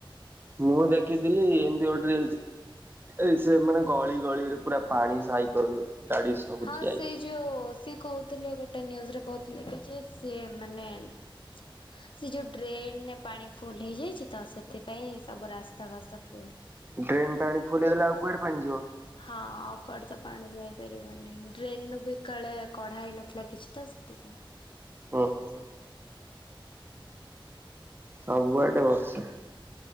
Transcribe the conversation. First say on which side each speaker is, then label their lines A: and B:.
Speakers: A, on the right; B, on the left.
A: ମୁଁ ଦେଖିଥିଲି ଏମିତି ଗୋଟେ ରିଲସ୍ ଏଇ ସେ ମାନେ ଗଳି ଗଳିରେ ପୁରା ପାଣି ସାଇକେଲ ଗାଡି ସବୁ
B: ହଁ
A: ଠିଆ
B: ସେ
A: ହେଇଛି।
B: ଯୋଉ ସେ କହୁ ଥିଲେ ଗୋଟେ ନ୍ୟୁଜରେ କହୁଥିଲେ କି ଯେ ସିଏ ମାନେ ସେ ଯୋଉ ଡ୍ରେନରେ ପାଣି ଫୁଲ ହେଇଯାଇଛି ତ ସେଥିପାଇଁ ସବୁ ରାସ୍ତା ଘାସ୍ତା ଫୁଲ
A: ଡ୍ରେନ୍ ପାଣି ଫୁଲ ହେଇଗଲେ ଆଉ କୁଆଡେ ପାଣି ଯିବ?
B: ହଁ ଆଉ କୁଆଡେ ତ ପାଣି ଯାଇପାରିବନି ଡ୍ରେନରୁ ବି କାଳେ କଢା ହେଇନଥିଲା କିଛି ତ ସେଥିପାଇଁ।
A: ହ ହୋ ସବୁ ଏଟେ ବଛେ।